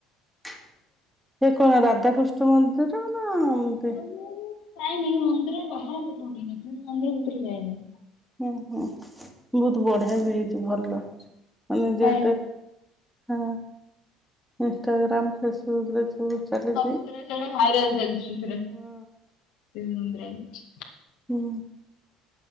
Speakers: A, in the centre; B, on the left.
A: ସେ କଣ ରାଧାକୃଷ୍ଣ ମନ୍ଦିର ନା ଏମତି
B: ନା ମୁଁ ବି ଯାଇନି ମନ୍ଦିର ବାହାର ପଟୁ ଉଠି କି ଦେଖେ ମୁଁ ମନ୍ଦିର ଭିତରକୁ ଯାଇନି।
A: ହୁଁ ହୁଁ, ବହୁତ ବଢିଆ ବି ହେଇଛି ଭଲ ଅଛି ମାନେ
B: ଭାଇ
A: ଯେତେ ହଁ ଇନ୍‌ଷ୍ଟାଗ୍ରାମ, ଫେସବୁକରେ ସବୁ ଚାଲିଛି।
B: ସବୁଥିରେ ସେଇଟା ଭାଇରାଲ ଚାଲିଛି ସେଟା ସେ
A: ହଁ।
B: ମନ୍ଦିରଟା
A: ହୁଁ